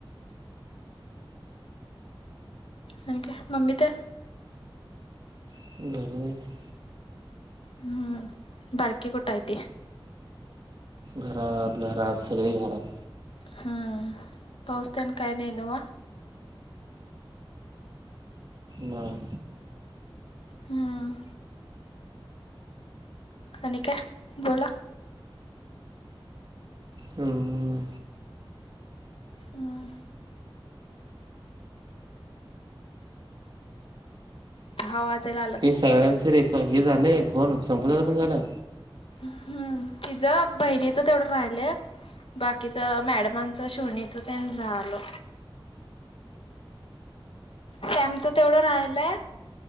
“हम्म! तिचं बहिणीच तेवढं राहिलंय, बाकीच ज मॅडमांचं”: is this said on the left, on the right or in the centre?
Left